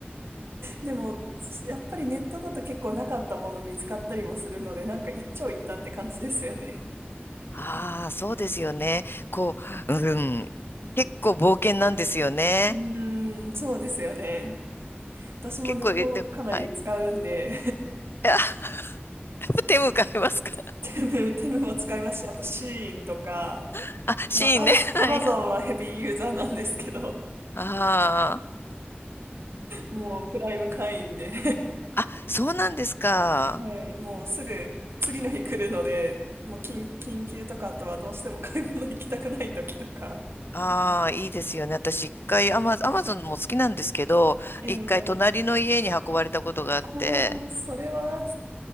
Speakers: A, on the right; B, on the left.
A: でも、やっぱりネットだと結構なかったもの見つかったりもするので、なんか一長一短って感じですよね。
B: ああ、そうですよね。こう、うん。
A: うん。
B: 結構冒険なんですよね。
A: うーん、そうですよね。私もネットをかなり使うんで、
B: 結構言っても、はい。いや <laughs> 手向かいますか
A: <laughs> テム、テムも使いますし、あとシーインとか、
B: <laughs> あ、シーンね。
A: まあ、アマ、
B: <laughs>
A: アマゾンはヘビーユーザーなんですけど、
B: はいはい。あ
A: もうプライム会員で
B: あ。あ、そうなんですか。
A: はい、もうすぐ次の日来るので、もう緊、緊急とか、あとはどうしても買い物行きたくない時とか。
B: ああ、いいですよね。私一回アマ、アマゾンも好きなんですけど、
A: ええ
B: 一回隣の家に運ばれたことがあって、
A: ああ、それは